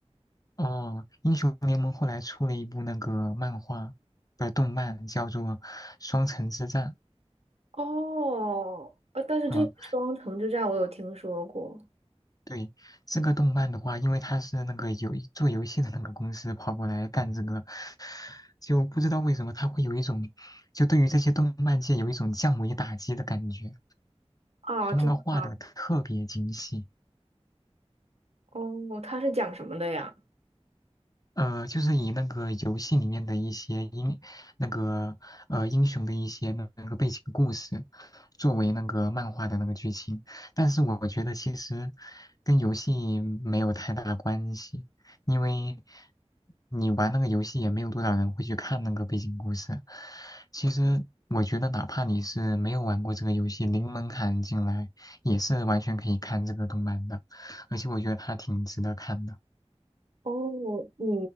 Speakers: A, on the left; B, on the right.
A: 哦，英雄联盟后来出了一部那个漫画，不是动漫，叫做《双城之战》。
B: 哦，呃，但是这个双城之战我有听说过
A: 嗯，对，这个动漫的话，因为他是那个游做游戏的那个公司跑过来干这个，就不知道为什么他会有一种，就对于这些动漫界有一种降维打击的感觉。
B: 啊，
A: 他那个画的特别精细，
B: 真的吗？哦，它是讲什么的呀？
A: 呃，就是以那个游戏里面的一些英那个呃英雄的一些那那个背景故事，作为那个漫画的那个剧情。但是我觉得其实跟游戏没有太大关系，因为你玩那个游戏也没有多少人会去看那个背景故事。其实我觉得，哪怕你是没有玩过这个游戏，零门槛进来也是完全可以看这个动漫的，而且我觉得它挺值得看的。
B: 哦，你